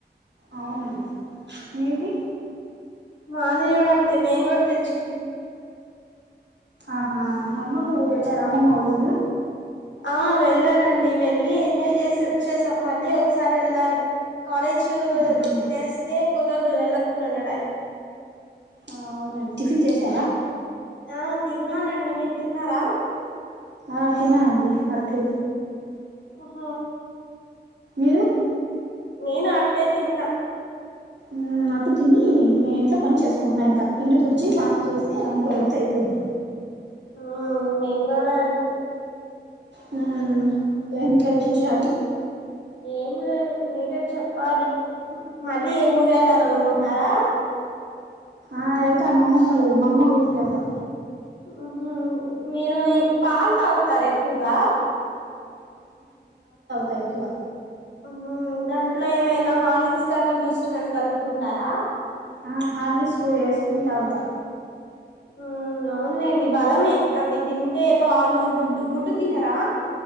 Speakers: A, on the right; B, on the left.
A: అవునండి మీది
B: మాదియోడ అంతే మేన్ కూడా తెచ్చు
A: ఆహా మమ్మల ఊరు వెళ్ళారా అమ్మమ్మ వాళ ఊరు
B: ఆ వెళ్ళానండి వెళ్ళలి ఎంజాయ్ చేసి వాచ్ వచ్చేసా మళ్ళీ ఒకసారి వెళ్ళాలి కాలేజ్
A: ఆహా
B: తెరిస్తే కుదరదు వెళ్ళకుండా ఉండడానికి
A: అవునండి టిఫిన్ చేశారా
B: ఆ తిన్నానండి మీరు తిన్నారా
A: ఆ తిన్నానండి అట్లు
B: ఓహ
A: మీరు
B: నేను అట్టే తిన్నా
A: మ్మ్ అట్టు తిని నే ఇంట్లో పని చేసుంటున్నాను ఇంకా ఇల్లు తుడిచి స్నానం చేసి అన్నం కూరా వుండు తే అయిపోయిది
B: మ్మ్ మేం కూడా అంతే
A: హ్మ ఏందే విశేషాలు
B: ఏం లేదు మీరే చెప్పాలి మళ్ళీ ఏ ఊరే ఎళ్ళాలనుకుంటున్నారా
A: ఆ ఎళ్తా మామ్మమ్మోళ్ళ మామ్మ ఊర్కి ఎళ్తా
B: ఆహా మీరు పాలు తాగుతారు ఎక్కువగా
A: తక్కువ
B: ఊహూ దాంట్లో ఏమైనా హాలిట్స్ కానీ బూస్ట్ కాని కలుపుకుంటారా
A: ఆ హార్లిక్స్ వేసుకుని తాగుతా
B: ఊ అవునులేండి బలమే అవి తింటే పాలు గుడ్డు గుడ్డు తినరా